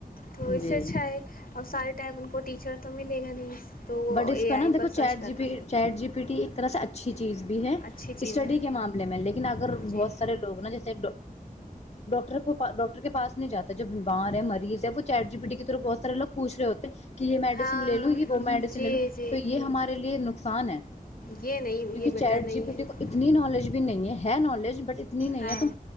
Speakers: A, on the left; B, on the left.
A: تو اس
B: جی
A: سے اچھا ہے اور سائڈ ٹائپ ان کو ٹیچر تو ملے گا نہیں تو وہ
B: بٹ
A: اے
B: اس کا
A: آئی
B: نا دیکو
A: پر سرچ
B: چٹ
A: کرتے
B: ج پ چٹ جی پی ٹی ایک طرح سے اچھی چیز بھی ہے
A: اچھی چیز
B: اسٹڈی
A: ہے
B: کے معاملے میں لیکن اگر
A: جی
B: بہت سارے لوگ نا جیسے ڈاکٹر کو ڈاکٹر کے پاس نہیں جاتا جو بیمار ہے مریض جب چار جی یکے تو بہ سا لو پوچھ رہے ہوتے کہ یہ میڈیسن
A: ہاں
B: لے لو گی میڈیسن
A: جی
B: لے لوں
A: جی
B: تو یہ ہمارے لیے نقصان ہے
A: یہ نہیں
B: کیونکہ
A: یہ بیٹر
B: چیڈ
A: نہیں
B: جی پی
A: ہے
B: ٹی کو اتنی نالج بھی نہیں ہے ہے نالج بٹ اتنی نہیں
A: ہاں
B: ہے ت